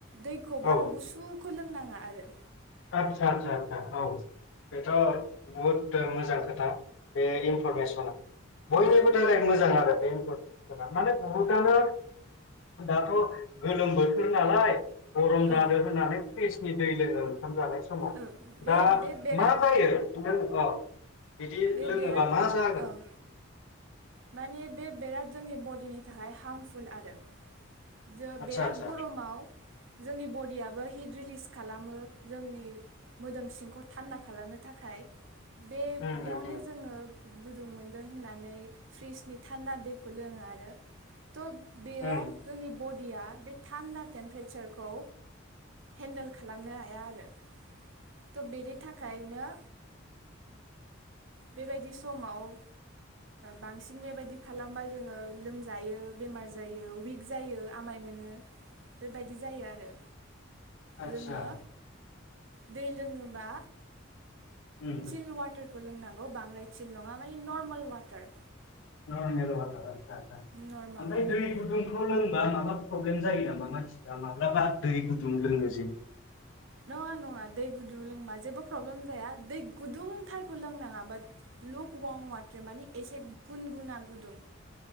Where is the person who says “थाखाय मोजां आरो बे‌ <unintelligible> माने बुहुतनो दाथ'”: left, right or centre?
Left